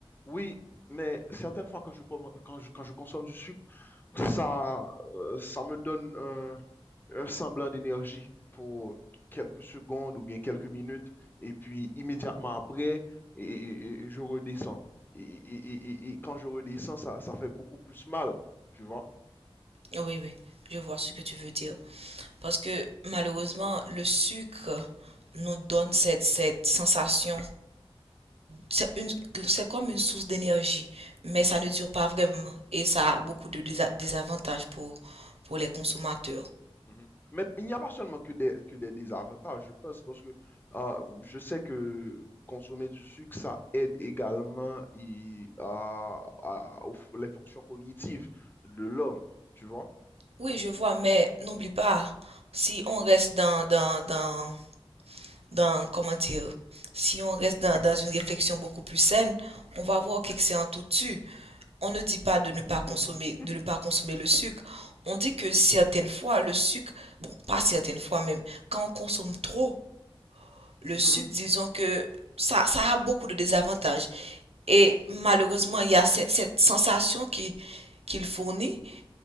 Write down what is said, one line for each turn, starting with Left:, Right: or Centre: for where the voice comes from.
Left: Oui, mais certaines fois quand je, com- quand je, quand je consomme du sucre, ça, euh, ça me donne un, un semblant d'énergie pour quelques secondes ou bien quelques minutes, et puis immédiatement après, et, et- et je redescends. Et, et- et- et- et quand je redescends, ça, ça fait beaucoup plus mal, tu vois?
Right: Oui, oui, je vois ce que tu veux dire. Parce que malheureusement, le sucre nous donne cette, cette sensation. C'est une, c'est comme une source d'énergie, mais ça ne dure pas vraiment et ça a beaucoup de désa- désavantages pour, pour les consommateurs.
Left: Mhm. Mais il n'y a pas seulement que des, que des désavantages, je pense, parce que euh, je sais que consommer du sucre, ça aide également et, à, à- aux f- les fonctions cognitives de l'homme, tu vois?
Right: Oui, je vois, mais n'oublie pas, si on reste dans, dans, dans, dans, comment dire, si on reste dans, dans une réflexion beaucoup plus saine, on va voir qu'excès en tout tue. On ne dit pas de
Left: <laughs>
Right: ne pas consommer, de ne pas consommer le sucre. On dit que certaines fois, le sucre, bon, pas certaines fois même, quand on consomme trop le
Left: Mhm,
Right: sucre, disons que ça, ça a beaucoup de désavantages. Et malheureusement, il y a cette, cette sensation qui, qu'il fournit.